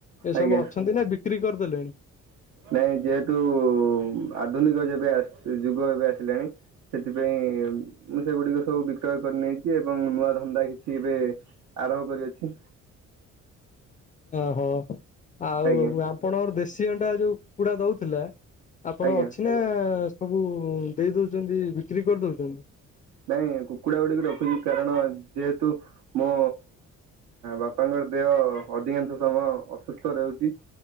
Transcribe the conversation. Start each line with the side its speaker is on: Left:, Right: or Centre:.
Left: ଏସବୁ
Right: ଆଜ୍ଞା।
Left: ଅଛନ୍ତି ନା ବିକ୍ରି କରଦେଲେଣି?
Right: ନାଇଁ ଯେହେତୁ ଆଧୁନିକ ଯେବେ ଆସ ଯୁଗ ଏବେ ଆସିଲାଣି। ସେଥିପାଇଁ ମୁଁ ସେଗୁଡିକ ସବୁ ବିକ୍ରୟ କରି ନେଇଚି ଏବଂ ନୂଆ ଧନ୍ଦା କିଛି ଏବେ ଆରମ୍ଭ କରିଅଛି।
Left: ଅହ ଆଉ
Right: ଆଜ୍ଞା
Left: ଆପଣଙ୍କର ଦେଶୀ ଅଣ୍ଡା ଯୋଉ କୁକୁଡା ଦୋଉଥିଲା ଆପଣ
Right: ଆଜ୍ଞା
Left: ଅଛି ନା ସବୁ ଦେଇ ଦଉଚନ୍ତି ବିକ୍ରି କରଦୋଉଚନ୍ତି?
Right: ନାଇଁ କୁକୁଡା ଗୁଡିକୁ ରଖୁଚି କାରଣ ଯେହେତୁ ମୋ ବାପାଙ୍କର ଦେହ ଅଧିକାଂଶ ସମୟ ଅସୁସ୍ଥ ରହୁଚି।